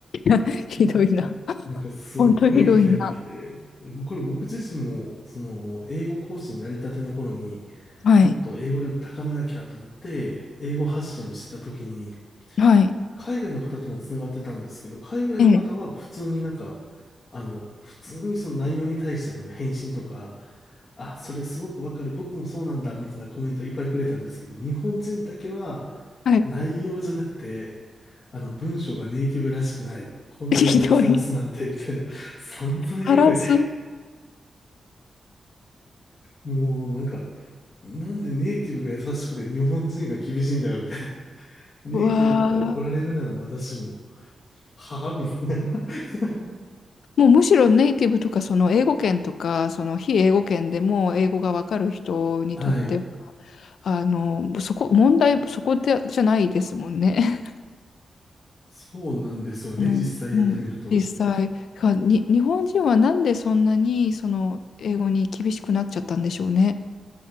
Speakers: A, on the left; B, on the left.
A: <laughs>
B: <laughs>
A: ひどいな。
B: うんなんかすっごい批判が来て、
A: 本当とひどいな。
B: これ僕自身も、その、英語講師になりたての頃に、
A: はい。
B: もっと英語力高めなきゃと思って、英語発信をしてた時に、
A: はい。
B: 海外の方ともつながってたんですけど、海外の方は普通になんか、
A: ええ。
B: あの、普通にその内容に対しての返信とか、あ、それすごくわかる、僕もそうなんだ、みたいなコメントいっぱいくれたんですけど、日本人だけは
A: はい。
B: 内容じゃなくて、あの、文章がネイティブらしくない、こんな英語を晒すなんて、
A: <laughs> ひどい。
B: みたいな、散々言われて、
A: タラス
B: もうなんか、なんでネイティブが優しくて日本人が厳しいんだよって、ネイティブから怒られるならまだしも、
A: は、
B: はぁみたいな。<laughs>
A: もうむしろネイティブとか、その英語圏とか、その非英語圏でも英語がわかる人にとっては、
B: はい。
A: あの、そこ、問題、そこでじゃないですもんね。
B: そうなんですよね。
A: <laughs> あの、
B: 実際やってみると。
A: うん。実際、がに、日本人はなんでそんなにその英語に厳しくなっちゃったんでしょうね。